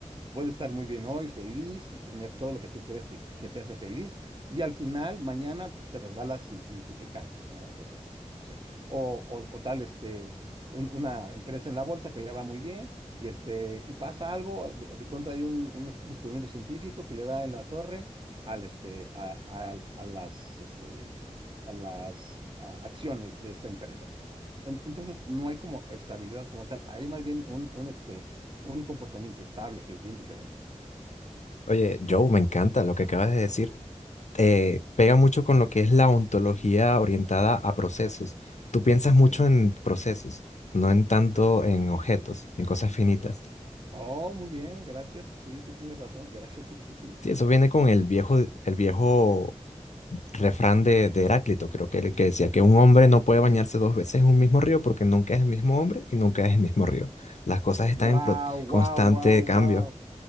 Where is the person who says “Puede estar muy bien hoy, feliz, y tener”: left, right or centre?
Right